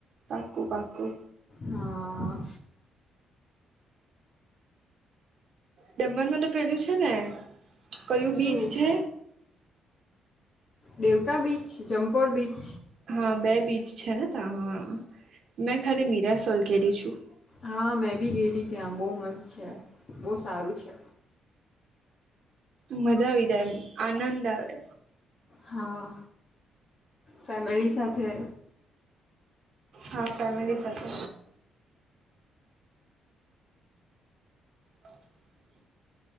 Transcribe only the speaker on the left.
હા
શું
દેવકા બીચ, જમપોર બીચ,
હા મેં બી ગયેલી ત્યાં બહુ મસ્ત છે બહુ સારું છે.
હા ફેમિલી સાથે